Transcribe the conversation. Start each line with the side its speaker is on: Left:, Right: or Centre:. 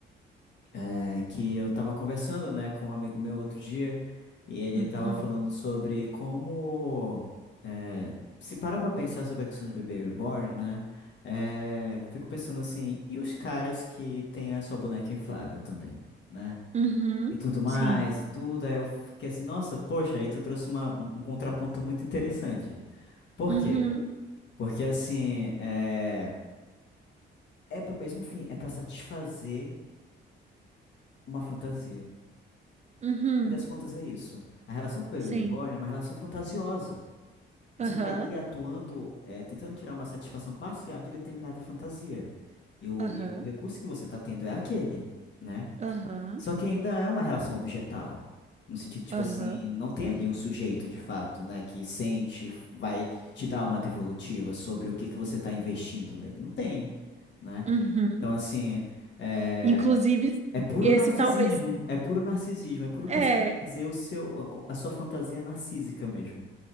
Left: é, que eu tava conversando, né, com um amigo meu outro dia, e ele
Right: Uhum.
Left: tava falando sobre como, é, se parar pra pensar sobre a questão de bebê reborn, né, é, fico pensando assim, e os caras que têm a sua boneca inflável também, né?
Right: Uhum.
Left: E tudo mais,
Right: Sim.
Left: e tudo, aí eu fiquei assim, nossa, poxa, aí tu trouxe uma, um um contraponto muito interessante. Por
Right: Uhum,
Left: quê? Porque assim, é, é pro mesmo fim, é pra satisfazer uma fantasia.
Right: uhum,
Left: fim das contas é isso. A relação com o bebê
Right: sim.
Left: reborn é uma relação fantasiosa. Você
Right: Aham,
Left: está ali atuando, é, tentando tirar uma satisfação parcial de determinada fantasia. E o,
Right: aham,
Left: e o recurso que você está tendo é aquele, né?
Right: aham,
Left: Só que ainda é uma relação objetal. No sentido, tipo
Right: aham,
Left: assim, não tem ali um sujeito de fato, né, que sente, vai te dar uma devolutiva sobre o que que você está investindo nele. Não tem, né?
Right: uhum.
Left: Então, assim, eh,
Right: Inclusive,
Left: é puro
Right: esse
Left: narcisismo,
Right: talvez
Left: é puro narcisismo, é puro
Right: é
Left: pra fazer o seu, a sua fantasia narcísica mesmo.